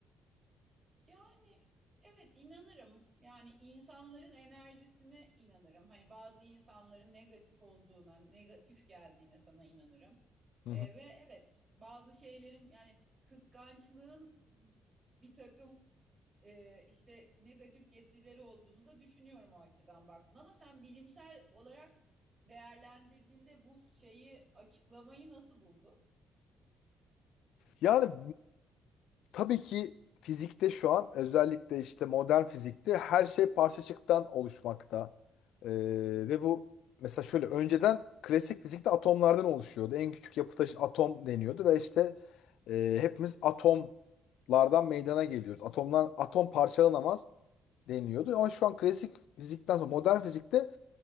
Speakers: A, on the right; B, on the left.
A: Yani evet inanırım. Yani insanların enerjisine inanırım. Hani bazı insanların negatif olduğuna, negatif geldiğine sana inanırım.
B: Hı
A: E,
B: hı.
A: ve evet bazı şeylerin yani kıskançlığın bir takım e, işte negatif getirileri olduğunu da düşünüyorum o açıdan baktın. Ama sen bilimsel olarak değerlendirdiğinde bu şeyi açıklamayı nasıl buldun?
B: Yani Tabii ki fizikte şu an özellikle işte modern fizikte her şey parçacıktan oluşmakta. Ee, ve bu mesela şöyle önceden klasik fizikte atomlardan oluşuyordu. En küçük yapı taşı atom deniyordu ve işte e, hepimiz atomlardan meydana geliyoruz. Atomlar atom parçalanamaz deniyordu. Ama şu an klasik fizikten sonra modern fizikte